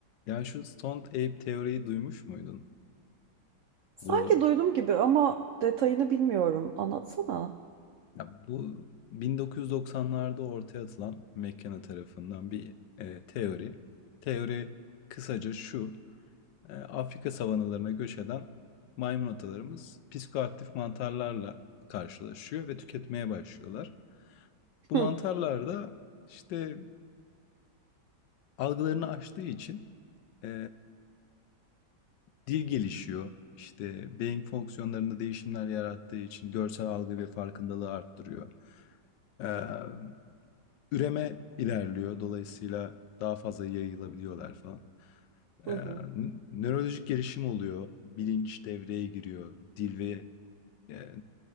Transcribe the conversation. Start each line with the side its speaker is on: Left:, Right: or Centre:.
Left: Ya şu Stoned Ape teoriyi duymuş muydun?
Right: Sanki
Left: Bu
Right: duydum gibi ama detayını bilmiyorum. Anlatsana.
Left: ya bu 1990'larda ortaya atılan McKenna tarafından bir e, teori. Teori kısaca şu. e, Afrika savanalarına göç eden maymun atalarımız psikoaktif mantarlarla karşılaşıyor ve tüketmeye başlıyorlar. Bu
Right: Hı
Left: mantarlar da işte algılarını aştığı için e, Dil gelişiyor. İşte, beyin fonksiyonlarında değişimler yarattığı için görsel algı ve farkındalığı arttırıyor. Emm, üreme ilerliyor. Dolayısıyla daha fazla yayılabiliyorlar falan. Eee,
Right: hı hı
Left: nö nörolojik gelişim oluyor. Bilinç devreye giriyor. Dil ve, eee,